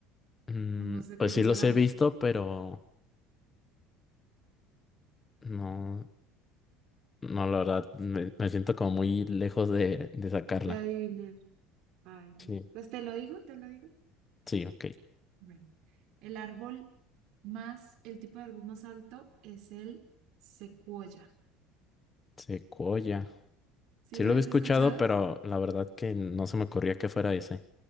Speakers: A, on the left; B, on the right.
A: Mm,
B: o no se te
A: pues
B: llegue
A: sí los
B: a la
A: he
B: mente.
A: visto, pero... No. No, la verdad, me, me siento como muy lejos de, de sacarla.
B: De adivinar. Ay, no.
A: Sí,
B: Pues te lo digo, te lo digo.
A: sí, ok.
B: Bueno, el árbol más, el tipo de árbol más alto es el secuoya.
A: Secuoya.
B: ¿Sí
A: Sí
B: lo
A: lo
B: habías
A: había escuchado,
B: escuchado?
A: pero la verdad que no se me ocurría que fuera ese.